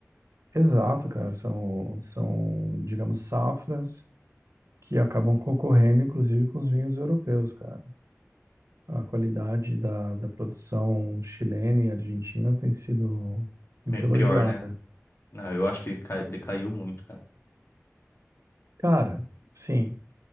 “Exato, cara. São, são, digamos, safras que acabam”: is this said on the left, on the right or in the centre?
Right